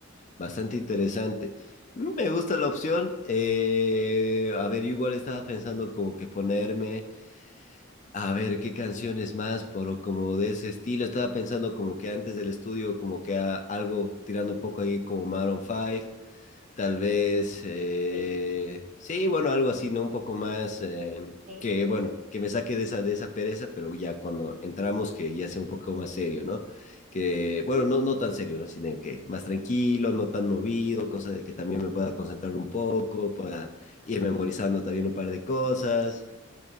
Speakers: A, on the left; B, on the right.
A: bastante interesante. Mm, Me gusta la opción. eh, a ver, yo igual estaba pensando como que ponerme... A ver, ¿qué canciones más? Pero como de ese estilo, estaba pensando como que antes del estudio, como que a- algo tirando un poco ahí como Maroon 5, tal vez, eh,
B: Sí.
A: sí, bueno, algo así, ¿no? Un poco más eh,
B: Sí,
A: que, bueno, que me saque de esa, de esa pereza, pero ya cuando entramos que ya sea un poco más serio, ¿no? Que, bueno,
B: sí.
A: no, no tan serio, ¿no? Sino que más tranquilo, no tan movido, cosa de que también me pueda concentrar un poco, pueda ir memorizando también un par de cosas.